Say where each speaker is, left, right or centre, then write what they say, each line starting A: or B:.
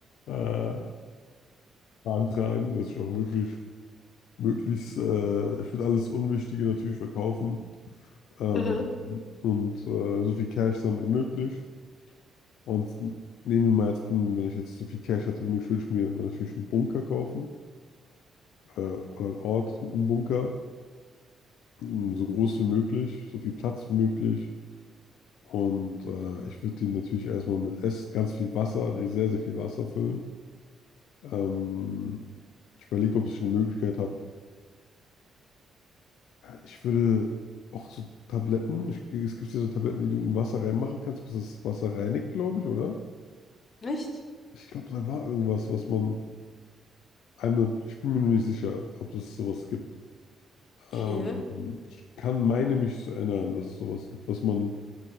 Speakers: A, on the left (about 85°); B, on the left (about 45°).
A: äh, beantragen, dass ich auch wirklich möglichst, äh, ich würde alles Unwichtige natürlich verkaufen ähm,
B: Mhm.
A: und äh, so viel Cash sammeln wie möglich. Und nehmen wir mal jetzt an, wenn ich jetzt so viel Cash hatte wie möglich, würde ich mir natürlich einen Bunker kaufen äh, oder einen Ort, einen Bunker, m, so groß wie möglich, so viel Platz wie möglich. Und äh, ich würde den natürlich erstmal mit Essen, ganz viel Wasser, sehr, sehr viel Wasser füllen Ähm, ich überlege, ob ich eine Möglichkeit habe. Ich würde auch so Tabletten, ich, es gibt ja so Tabletten, die du in Wasser reinmachen kannst, bis das Wasser reinigt, glaube ich, oder?
B: Nicht?
A: Ich glaube, da war irgendwas, was man einmal, ich bin mir noch nicht sicher, ob es sowas gibt.
B: Okay,
A: Ähm, ich kann meine mich zu erinnern, dass es sowas gibt, was man,